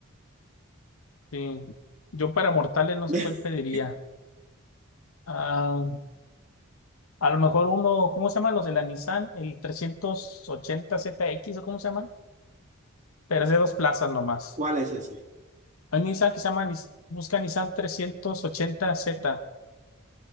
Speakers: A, on the left; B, on the right.
A: Sí. Yo para mortales no sé
B: <laughs>
A: cuál pediría. Ah, a lo mejor uno, ¿cómo se llaman los de la Nissan? El 380 ZX o cómo se llaman. Pero es de dos plazas nomás.
B: ¿Cuál es ese?
A: Hay un Nissan que se llama, Nis- busca Nissan trescientos ochenta z